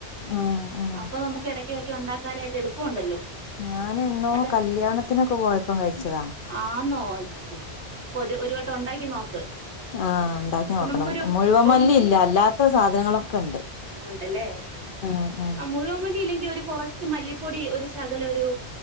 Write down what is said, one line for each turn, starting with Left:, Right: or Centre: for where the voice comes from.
Left: ഉം ഉം
Right: അപ്പൊ നമുക്ക് ഇടക്ക് ഇടക്ക് ഉണ്ടാ ക്കാനായിട്ട് എളുപ്പമുണ്ടല്ലോ
Left: ഞാൻ എന്നോ
Right: അതെ
Left: കല്യാണത്തിനൊക്കെ പോയപ്പം കഴിച്ചതാ
Right: ആന്നോ അയിശ്വടാ ഇപ്പൊരു ഒരു വട്ടം ഉണ്ടാക്കി നോക്ക്
Left: ആഹ് ഉണ്ടാക്കി
Right: ഇപ്പൊ
Left: നോക്കണം
Right: നമുക്കൊരു
Left: മുഴുവൻ
Right: ഒഴിച്ച്
Left: മല്ലി ഇല്ല അല്ലാത്ത സാധനങ്ങളൊക്കെ ഉണ്ട്
Right: ഉണ്ടല്ലേ
Left: ഉം ഉം
Right: ആ മുഴുവൻ മല്ലി ഇല്ലെങ്കിൽ ഒരു കുറച്ച് മല്ലി പൊടി ഒരു ശകലം ഒരു